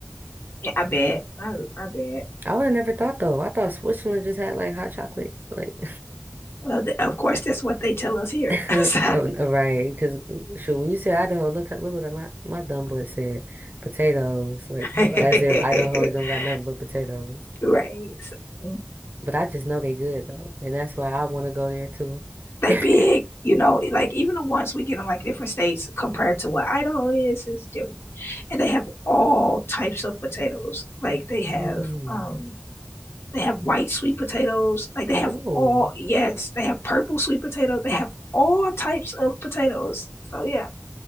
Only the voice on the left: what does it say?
Yeah. I bet. I, I bet.
Well, th- of course, that's what they tell us here.
<laughs> So,
<laughs>
right. So, mm-hmm.
they
big, you know, like even the ones we get in like different states compared to what Idaho is is different. And they have all types of potatoes. Like they have
um they have white sweet potatoes. Like they have
all yes, they have purple sweet potatoes. They have all types of potatoes. So yeah.